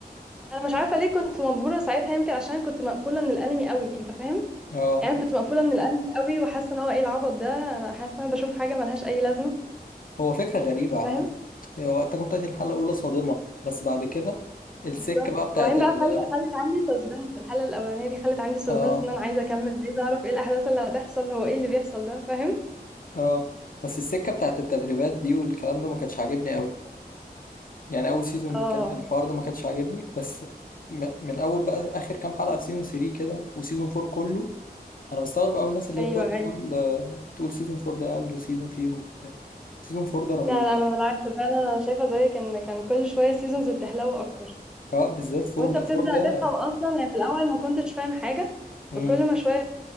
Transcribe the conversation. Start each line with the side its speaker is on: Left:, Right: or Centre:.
Centre: انا مش عارفه ليه كنت مبهوره ساعتها يمكن عشان كنت مقفوله من الانمي قوي انت فاهم
Left: اه
Centre: يعني كنت مقفوله من الانمي قوي وحاسه ان هو ايه العبط ده انا حاسه ان انا بشوف حاجه ملهاش اي لازمه
Left: هو فكره غريبه عامه
Centre: فاهم
Left: هو اتاك اون تايتن الحلقه الاولى صادمه بس بعد كده
Centre: بالظبط
Left: السكه بقى بتاعت
Centre: وبعدين
Left: ال
Centre: بقى خل... خلت عندي سسبنس الحلقة الأولانية دي خلت عندي سسبنس
Left: اه
Centre: إن أنا عايزة أكمل عايزة أعرف إيه الأحداث اللي هتحصل هو إيه اللي بيحصل ده فاهم
Left: اه بس السكه بتاعت التدريبات دي والكلام ده ما كانتش عاجبني قوي يعني اول سيزون
Centre: اه
Left: كان الحوار ده ما كانش عاجبني بس م- من اول بقى اخر كام حلقه في سيزون 3 كده وسيزون 4 كله انا بستغرب اول الناس اللي
Centre: أيوه
Left: هي بتقعد
Centre: أيوه
Left: تقول آه، بتقول سيزون 4 ده اقل سيزون فيهم وبتاع سيزون 4 ده رهيب
Centre: لا لا أنا بالعكس فعلا أنا شايفة زيك إن كان كل شوية سيزونز بتحلو أكتر
Left: اه بالذات 4
Centre: وأنت بتبدأ
Left: ده 4
Centre: تفهم
Left: ده
Centre: أصلا يعني في الأول ما كنتش فاهم حاجة
Left: مم.
Centre: كل ما شوية